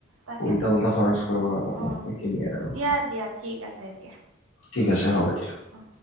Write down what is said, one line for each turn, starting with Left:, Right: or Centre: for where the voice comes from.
Right: তাকেতো।
Left: উল্টা উল্টা খৰচ কৰিব নালাগে
Right: অ
Left: সেইখিনিয়ে আৰু
Right: দিয়া দিয়া ঠিক আছে এতিয়া
Left: ঠিক আছে হব দিয়ক
Right: অ